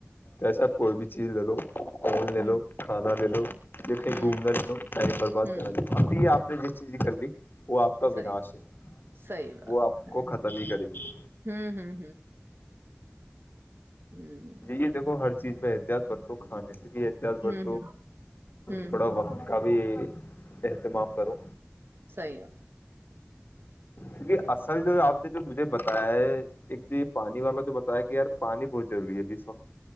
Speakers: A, on the left; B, on the right.
A: جیسا کوئی بھی چیز لے لو فون لے
B: ہ
A: لو کھانا لے لو جسے
B: ہ
A: گھومنا لوں ائم برباد
B: ہ
A: کرنا آپ نے جس چی جی کلی وہ آپ کا
B: صحیح
A: ونااش ہے
B: صحیح بات
A: وہ آپ
B: ہے
A: کو ختم ہی کرے گی
B: ہوں ہوں ہوں
A: یہ دیکھو ہر چیز میں احتیاط ب تو کھانے سے بھی احتیاط برت
B: ہوں ہ ہوں ہ
A: تھوڑا
B: ہوں ہ ہ
A: وقت کا بھی احتمام کرو
B: صیح ہے
A: کیکہ اصل جو آپ جو میرے ب تا ہے ایک جو یہ پانی والا جو بتایا کہ یار پانی بہت ضروری ہے بی اس وقت